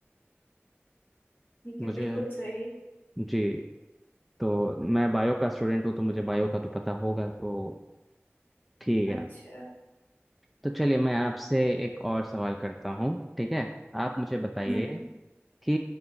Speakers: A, on the left (about 50°); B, in the centre.
A: ठीक
B: मुझे
A: है बिल्कुल सही
B: जी तो मैं बायो का स्टूडेंट हूँ तो मुझे बायो का तो पता होगा तो ठीक
A: अच्छा
B: है तो चलिए मैं आपसे एक और सवाल करता हूँ ठीक है आप मुझे बताइए
A: हम्म
B: कि